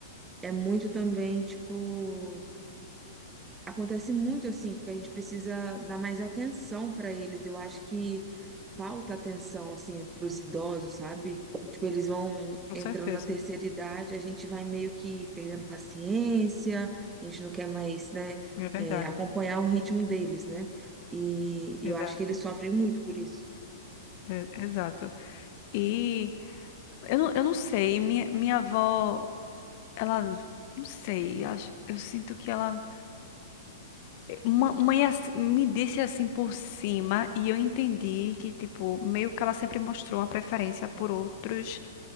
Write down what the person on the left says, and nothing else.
Com
certeza.
É verdade.
Exato.
É- exato. E eu não, eu não sei, minha, minha avó, ela. Não sei, acho, eu sinto que ela. Ma- Mãe ass- me disse assim por cima e eu entendi que, tipo, meio que ela sempre mostrou uma preferência por outros